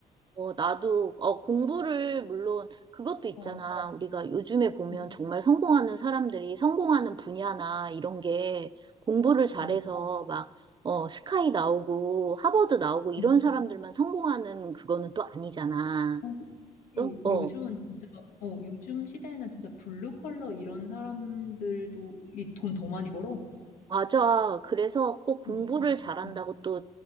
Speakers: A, on the right; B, on the left.
A: 어, 나도, 어, 공부를, 물론, 그것도 있잖아.
B: 어.
A: 우리가 요즘에 보면
B: 음,
A: 정말 성공하는 사람들이 성공하는 분야나 이런 게 공부를 잘해서
B: 어.
A: 막, 어, 스카이 나오고, 하버드 나오고, 이런
B: 음.
A: 사람들만 성공하는 그거는 또 아니잖아.
B: 어, 그치.
A: 또, 어,
B: 요즘은 진짜 어 요즘 시대에는 진짜 블루 컬러 이런 사람들도 이 돈 더 많이 벌어.
A: 맞아. 그래서 꼭 공부를
B: 음, 음,
A: 잘한다고
B: 음,
A: 또